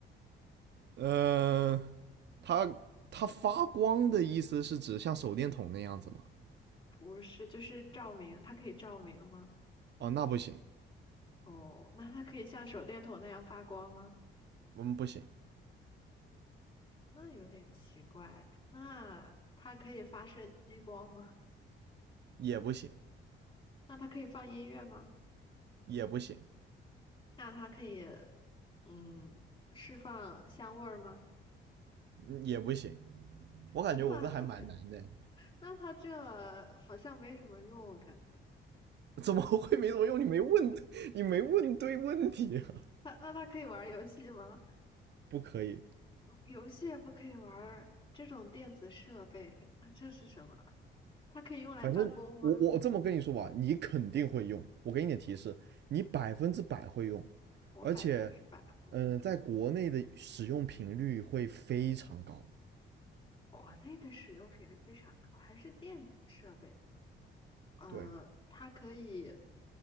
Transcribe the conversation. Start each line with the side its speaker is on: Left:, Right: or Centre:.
Right: 嗯，它它发光的意思是指像手电筒那样子吗？
Left: 不是，就是照明。它可以照明吗？
Right: 哦，那不行，
Left: 哦，那它可以像手电筒那样发光吗？
Right: 嗯，不行，
Left: 那有点奇怪。那它可以发射激光吗？
Right: 也不行，
Left: <laughs> 那它可以放音乐吗？
Right: 也不行，
Left: 那它可以嗯释放香味儿吗？
Right: 嗯也不行，我感觉我这还蛮难的。
Left: 那 <laughs> 那它这好像没什么用，感觉。
Right: 怎么会没什么用？你没问，你没问对问题啊！
Left: 那那它可以玩儿游戏吗？
Right: 不可以，
Left: 游戏也不可以玩儿这种电子设备，那这是什么？它可以用来办公吗？
Right: 反正我我这么跟你说吧，你肯定会用。我给你点提示，你百分之百会用，
Left: 我百分之百会用。
Right: 而且，嗯、在国内的使用频率会非常高。
Left: 国内的使用频率非常高，还是电子设备。呃，
Right: 对，
Left: 它可以，